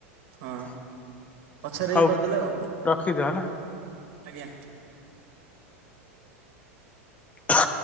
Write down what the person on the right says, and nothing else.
ହଁ ପଛରେ
ଇଏ କରିଦେଲେ ଆଉ।
ଆଜ୍ଞା।